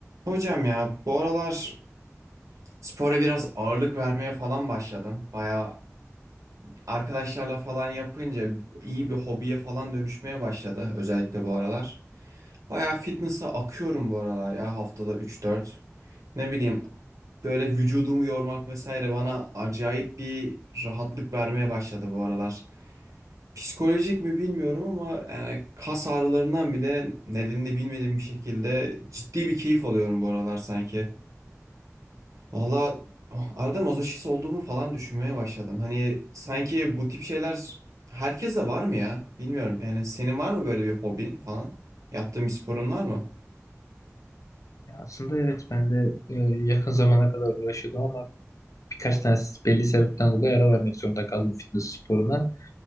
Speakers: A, on the right; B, on the left.
A: Hocam ya bu aralar spora biraz ağırlık vermeye falan başladım. Baya arkadaşlarla falan yapınca iyi bir hobiye falan dönüşmeye başladı özellikle bu aralar. Baya fitness'a akıyorum bu aralar ya haftada üç dört Ne bileyim böyle vücudumu yormak vesaire bana acayip bir rahatlık vermeye başladı bu aralar. Psikolojik mi bilmiyorum ama yani kas ağrılarından bile nedenini bilmediğim bir şekilde ciddi bir keyif alıyorum bu aralar sanki. Valla arada mazoşist olduğumu falan düşünmeye başladım. Hani sanki bu tip şeyler herkese var mı ya? Bilmiyorum. Yani senin var mı böyle bir hobin falan? Yaptığın bir sporun var mı?
B: Ya aslında evet ben de e, yakın zamana kadar uğraşıyordum ama birkaç tane belli sebepten dolayı ara vermek zorunda kaldım fitness sporuna.